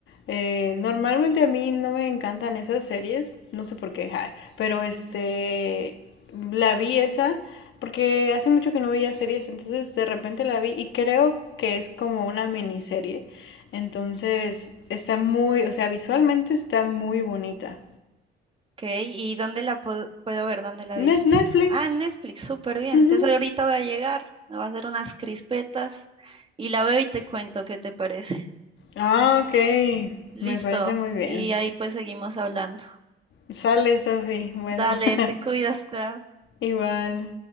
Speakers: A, on the left; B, on the right.
A: Eh, normalmente a mí no me encantan esas series, no sé por qué, ja, pero este, la vi esa porque hace mucho que no veía series, entonces de repente la vi y creo que es como una miniserie. Entonces está muy, o sea, visualmente está muy bonita.
B: Ok, ¿y dónde la po- puedo ver? ¿Dónde la viste?
A: Net- Netflix.
B: Ah, en Netflix, súper bien.
A: ujú.
B: Entonces ahorita voy a llegar, me voy a hacer unas crispetas y la veo y te cuento qué te parece.
A: Ah, ok,
B: Listo,
A: me parece muy bien.
B: y ahí pues seguimos hablando.
A: Sale, Sophie. Bueno.
B: Dale,
A: <laughs>
B: te cuidas, Clau.
A: Igual.